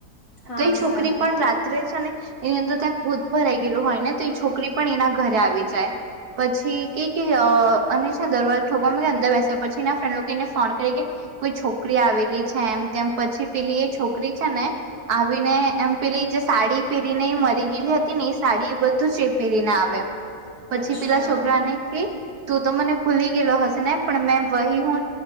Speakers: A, on the left; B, on the right.
A: હા
B: તો એ છોકરી
A: સારું
B: પણ રાત્રે છે ને એની અંદર ત ભૂત ભરાઈ ગયેલું હોય ને તો એ છોકરી પણ એના ઘરે આવી જાય પછી કે કે અને છે દરવાજ ઠોકમાં અંદર બેસે પછી એના ફ્રેન્ડ લોકો એને ફોન કરી કે કોઈ છોકરી આવેલી છે એમ તેમ પછી પેલી એ છોકરી છે ને આવીને એમ પેલી જે સાડી પહેરીને એ મરી ગયેલી હતી ને એ સાડી એ બધું જ એ પહેરીને આવે. પછી
A: અચ્છા
B: પેલા છોકરા ને કે તું તો મને ભૂલી ગેલો હશે પણ મે વહી હું,